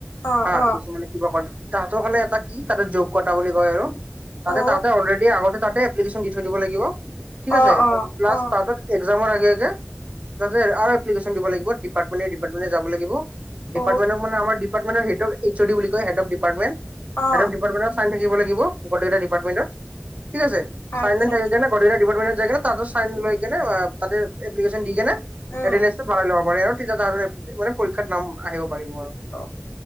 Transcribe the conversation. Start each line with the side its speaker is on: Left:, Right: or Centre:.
Left: অ
Right: আহ
Left: অ
Right: কিছুমানে কিবা ক তাহাঁতৰ কাৰণে এটা কি তাহতে যোগ কটা বুলি কয় আৰু তাতে
Left: অ
Right: তাতে অলৰেডি আগতে তাতে এপ্লিকেশ্যন দি থৈ দিব লাগিব ঠিক
Left: অ
Right: আছে
Left: অ
Right: প্লাছ
Left: অ
Right: তাহ, এক্সজামৰ আগে আগে। তই যে আৰু এপ্লিকেচন দিব লাগিব ডিপাৰটমেণ্টে ডিপাৰটমেণ্টে যাব লাগিব
Left: অ
Right: ডিপাৰটমেণ্টত মানে আমাৰ। ডিপাৰ্টমেণ্ট সেইটো এইচ অডি বুলি কয় সেইটো ডিপাৰ্টমেণ্ট
Left: অ
Right: <unintelligible> থাকিব লাগিব <unintelligible> ডিপাৰ্টমেণ্টৰ ঠিক আছে? <unintelligible>
Left: আচ্ছা
Right: থাকি
Left: আচ্ছা
Right: কেনে প্ৰতিতো ডিপাৰ্টমেণ্ট জেগাত তাতো চাইন লৈ কেনে তাতে এপ্লিকেচন দি কেনে,
Left: উম
Right: এটেডেচটো ভঢ়াই ল'ব পাৰে আৰু তেতিয়া মানে পীক্ষাৰ নাম আহিব পাৰিব আৰু
Left: অ